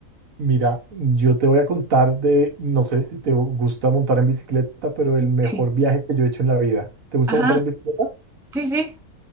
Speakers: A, on the right; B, in the centre.
A: Mira, yo te voy a contar de, no sé si te gusta montar en bicicleta, pero el mejor
B: Sí.
A: viaje que yo he hecho en la vida. ¿Te gusta
B: Ajá,
A: montar en bicicleta?
B: sí, sí.